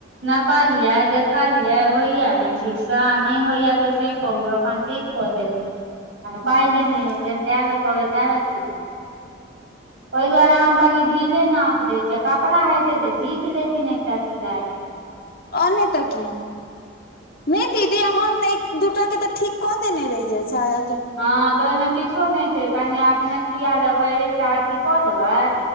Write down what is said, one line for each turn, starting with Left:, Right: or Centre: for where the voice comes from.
Right: नपालियै देखलियै होइया न ठीकसँ आ नहि होइ यऽ तऽ से कहू ठीक कऽ देथ
Left: हूं
Right: पाई
Left: आ
Right: लेने ये अहि ने जाबेर कहबै तेबेर ठीक कर ओहि दुआरे हम कनि ढीले नाप दै छियै कपड़ा हेतै तऽ झीक लेथिन एकटा सिलाइ
Left: और नय तऽ की नहि दीदी हम एक दूटा के तऽ ठीक कऽ देने रहियै शायद
Right: हँ तऽ ओहिमे किछो नहि छै कनि अपने सुइया लऽ क एकटा अथी कऽ देबै